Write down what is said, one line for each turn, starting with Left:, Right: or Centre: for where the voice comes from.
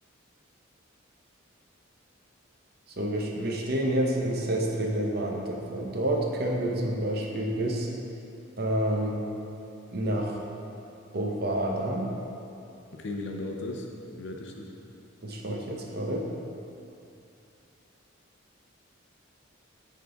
Right: so wir, wir stehen jetzt in Sestri Levante. Von dort können wir zum Beispiel bis ähm, nach Ovada,
Left: Okay, wie lange dauert das? Wie weit ist das?
Right: das schaue ich jetzt gerade,